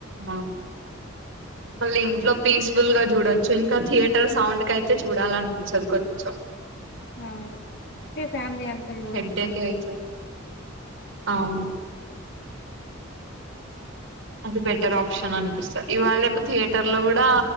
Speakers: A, on the right; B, on the left.
A: ఆ మళ్ళీ ఇంట్లో పీస్ఫుల్ గా చూడొచ్చు ఇ థియేటర్ సౌండ్ క అయితే చూడాలనిపించదు కొంచెం
B: అవును ఫ్యామిలీ అంతా చూడవచ్చు
A: హెడ్డేక్ అయితది అవును అది బెటర్ ఆప్షన్ అనిపిస్తంది ఇవాళ రేపు థియేటర్ లో కూడా